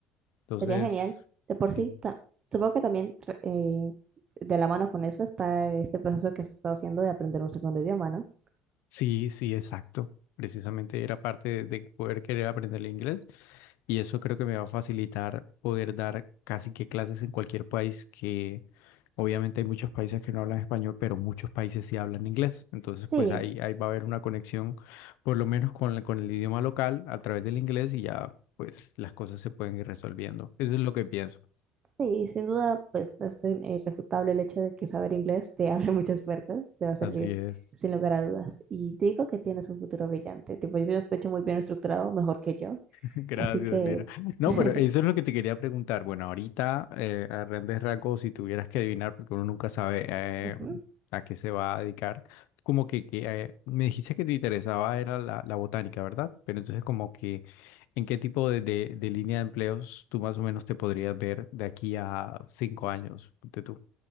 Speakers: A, on the left; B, on the right.
A: Entonces,
B: Sería genial. De por sí,
A: sí,
B: ta- supongo que también re- eh, de la mano con eso está este proceso que has estado haciendo de aprender un segundo idioma, ¿no?
A: Sí, sí, exacto. Precisamente era parte de poder querer aprender el inglés y eso creo que me va a facilitar poder dar casi que clases en cualquier país que obviamente hay muchos países que no hablan español, pero muchos países sí hablan inglés. Entonces,
B: Sí.
A: pues ahí, ahí va a haber una conexión por lo menos con, la- con el idioma local a través del inglés y ya pues las cosas se pueden ir resolviendo. Eso es lo que pienso.
B: Sí, sin duda, pues es in- irrefutable el hecho de que saber inglés te <laughs> abre muchas puertas, te va a servir
A: Así es.
B: sin lugar a dudas. Y te digo que tienes un futuro brillante. Tipo, yo estoy hecho muy bien estructurado, mejor que yo.
A: <laughs> Gracias,
B: Así que,
A: Lina. No,
B: <laughs>
A: pero eso es lo que te quería preguntar. Bueno, ahorita, eh, a grandes rasgos, si tuvieras que adivinar, porque uno nunca sabe eh,
B: ujú.
A: a qué se va a dedicar, como que, que, eh, me dijiste que te interesaba era la, la botánica, ¿verdad? Pero entonces como que, ¿en qué tipo de, de, de línea de empleos tú más o menos te podrías ver de aquí a cinco años? De tú?